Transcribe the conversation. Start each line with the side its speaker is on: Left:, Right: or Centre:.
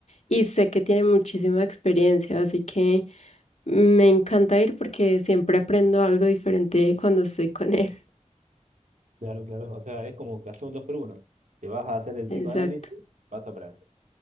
Left: y sé que tiene muchísima experiencia, así que... Me encanta ir porque siempre aprendo algo diferente cuando estoy con él.
Right: Claro, claro. O sea, es como que hacer un dos por uno. Te vas a hacer el
Left: <laughs> Exacto,
Right: psicoanálisis, vas a aprender.